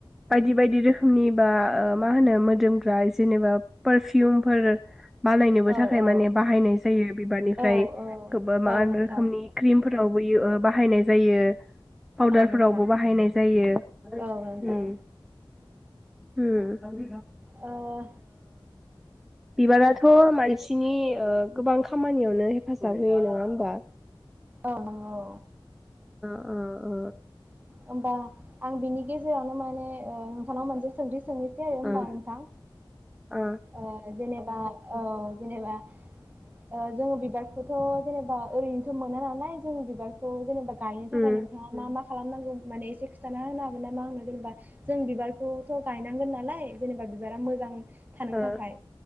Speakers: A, in the centre; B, on the right (about 20°).
A: बायदि बायदि रोखोमनि बा मा होनो मोदोमग्रा जेनेबा पारफिउमफोर। बानायनोबो
B: औ
A: थाखाय
B: औ
A: माने बाहायनाय जायो। बानिफ्राय
B: औ औ
A: गोबा मा
B: औ
A: होनो
B: नोंथां
A: रोखोमनि ख्रिमफोर। <unintelligible> बैयो बाहायनाय जायो। पाउदारफोरावबो
B: औ नोंथां
A: बाहायनाय जायो
B: औ नोंथां
A: उम उम
B: ओ
A: बिबाराथ' मानसिनि ओ गोबां खा खामानियावनो हेफाजाब होयो नङा होमबा?
B: औ नंगौ
A: अ अ
B: होमबा आं बिनि गेजेरावनो माने ओ नोंथांनाव मोनसे सोंथि सोंहनोसै होमबा
A: ओ
B: नोंथां
A: ओ
B: ओ जेनेबा ओ जेनेबा ओ जोङो बिबारखौथ' जेनेबा ओरैनोथ' मोना नालाय जों बिबारखौ जेनेबा गायनो
A: उम
B: थाखाय नों मा मा खालामनांगौ माने एसे खिन्थाना होनो हागोन नामा आंनो जेनेबा जों बिबारखौथ' गायनांगोन नालाय जेनेबा बिबारा मोजां थानो
A: उम
B: थाखाय